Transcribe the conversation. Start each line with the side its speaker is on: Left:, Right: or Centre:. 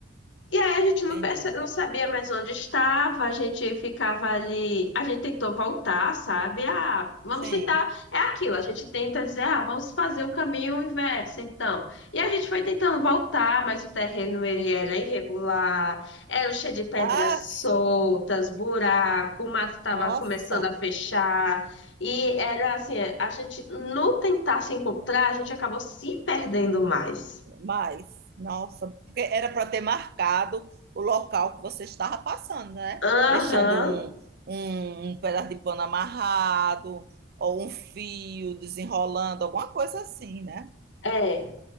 Left: E aí a gente não,
Right: entendi.
Left: perce... não sabia mais onde estava, a gente ficava ali, a gente tentou voltar, sabe? Ah, vamos
Right: Sim.
Left: tentar, é aquilo, a gente tenta dizer, ah, vamos fazer o caminho inverso, então. E a gente foi tentando voltar, mas o terreno ele era irregular, era cheio de pedras
Right: Ah,
Left: soltas, buraco, o mato estava
Right: nossa,
Left: começando a fechar, e era assim, a gente no tentar se encontrar, a gente acabou se perdendo mais.
Right: mas, nossa, porque era para ter marcado o local que você estava passando, né?
Left: Aham,
Right: Deixando um, um, um pedaço de pano amarrado, ou um fio desenrolando, alguma coisa assim, né?
Left: é.